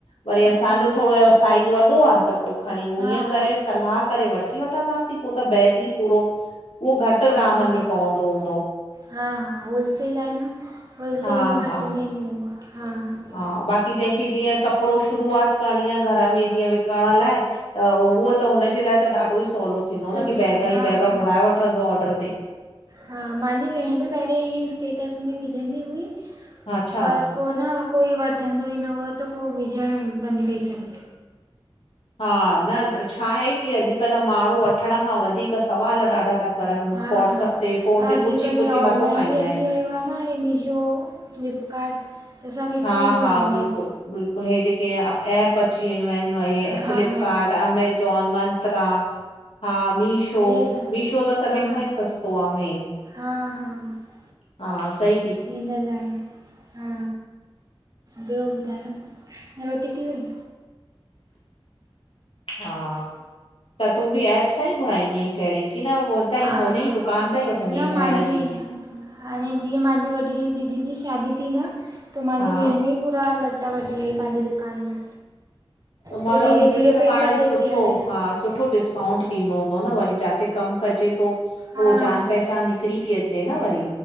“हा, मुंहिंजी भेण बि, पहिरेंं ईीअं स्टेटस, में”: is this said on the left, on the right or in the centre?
Right